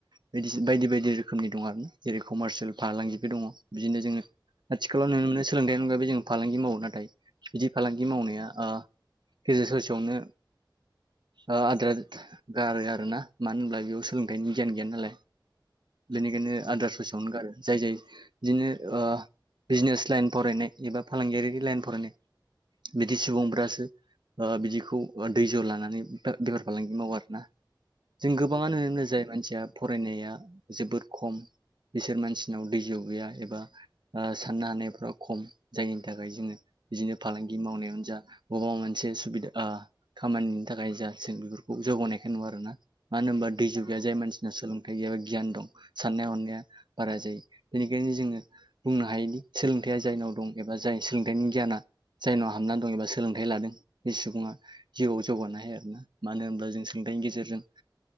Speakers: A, on the right; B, on the left.
A: बायदि बायदि बायदि रोखोमनि दं आरो जेरै कमार्सियेल फाालांगिबो
B: औ
A: दङ बिदिनो जोङो आथिखालाव नुनो मोनो सोलोंथाइनि अनगायै जों फालांगि मावो नाथाय बिदि फालांगि मावनाया गेजेर ससेयावनो आद्रा गारो आर ना मानो होनब्ला बेयाव सोलोंथाइनि गियान गैया नालाय बेनिखायनो
B: औ
A: आदार
B: नंगौ
A: ससेायावनो गारो जाय जाय बिदिनो बिजनेस लाइन फरायनाय एबा फालांगियारि लाइन फरायनाय बिदि सुबुंफ्रासो बिदिखौ दै ज' लानानै बेफार फालांगि मावो आरो जों गोबाङा
B: औ
A: नुनो मोनो जाय मानसिया फरायनाया जोबोद खम बिसोर मानसिनाव दै गैया एबा साननो हानायफ्रा खम जायनि थाखाय जोङो बिदिनो फालांगि मावनायावानो जा गोबाव मोनसे सुबिदा खामानिनि थाखाय जा जों बेफोरखौ जौगानायखाय नङा आर ना मानो होनबा दै जुगिया
B: औ
A: जाय मानसि सोलोंथाइ एबा गियान दं साननाय हनाया बारा जायो बेनिखायनो जोङो बुंनो हायोदि सोलोंथाइया जायनाव दं एबा जाय सोलोंथाइनि गियाना जायनाव हाबनानै दं एबा सोलोंथाइ लादों बे सुबुङा जिउआव जौगानो हायो आरोना मानो होनबा जों सोलोंथाइनि गेजेरजों